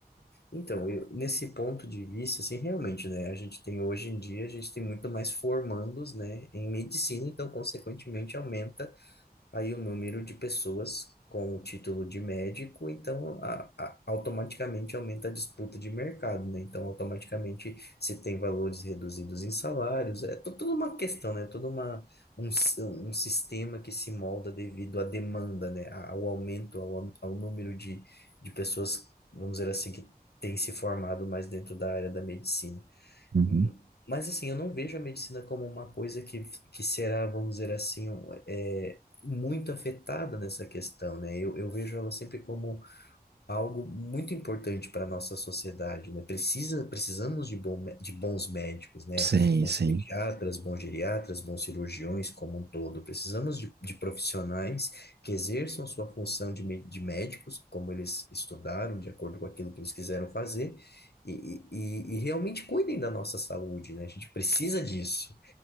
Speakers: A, on the left (about 75°); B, on the right (about 85°).
A: então, eu, nesse ponto de vista, assim, realmente, né, a gente tem hoje em dia, a gente tem muito mais formandos, né, em medicina, então, consequentemente, aumenta aí o número de pessoas com o título de médico, então a, a- automaticamente aumenta a disputa de mercado, né? Então automaticamente se tem valores reduzidos em salários, é tu- tudo uma questão, né? Tudo uma, um, si- um sistema que se molda devido à demanda, né? A- Ao aumento, ao, am- ao número de, de pessoas, vamos dizer assim, que têm se formado mais dentro da área da medicina.
B: Uhum.
A: Hum, Mas assim, eu não vejo a medicina como uma coisa que, que será, vamos dizer assim, um, é, muito afetada nessa questão, né? Eu, eu vejo ela sempre como algo muito importante para a nossa sociedade, né? Precisa, precisamos de, bom, de bons médicos, né?
B: Sim,
A: Bons
B: sim.
A: pediatras, bons geriatras, bons cirurgiões como um todo. Precisamos de, de profissionais que exerçam sua função de, mé- de médicos, como eles estudaram, de acordo com aquilo que eles quiseram fazer, e, e, e e realmente cuidem da nossa saúde, né? A gente precisa disso.